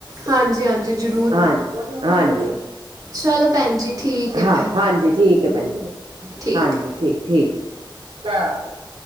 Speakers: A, on the right (about 45°); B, on the right (about 80°).
A: ਹਾਂਜੀ-ਹਾਂਜੀ, ਜ਼ਰੂਰ।
B: ਹਾਂ, ਹਾਂਜੀ।
A: ਚਲੋ ਭੈਣ ਜੀ ਠੀਕ ਹੈ
B: ਹਾਂ
A: ਫਿਰ
B: ਹਾਂਜੀ ਠੀਕ ਏ ਭੈਣ,
A: ਠੀਕ
B: ਹਾਂਜੀ ਠੀ ਠੀਕ। <inaudible>